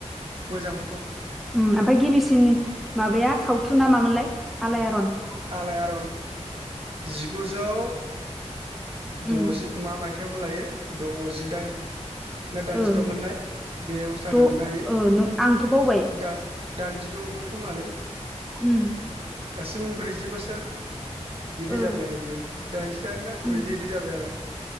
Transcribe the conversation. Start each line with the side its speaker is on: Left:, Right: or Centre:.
Right: मोजांमोनथ' ।
Centre: उम ओमफाय गिबिसिन माबाया सावथुनना मामोनलाय? आलाय आरन ।
Right: आलाय आरन जिगुजौ
Centre: उम
Right: द'जि मा मायथायावमोन लायो द'जिदाइन ना दाइनजिद'
Centre: ओ
Right: मोननाय बेयाव जादोंमोन
Centre: द'
Right: ना इयो
Centre: ओ आंथ' बावबाय
Right: दा दाइनजि दङमोन खोमालै
Centre: उम
Right: दासिम ब्रैजि बोसोर बिदि
Centre: ओ
Right: जाबाय आरो बियो दाइनजि दाइन ना ब्रैजि
Centre: उम
Right: बिदि जाबाय आरो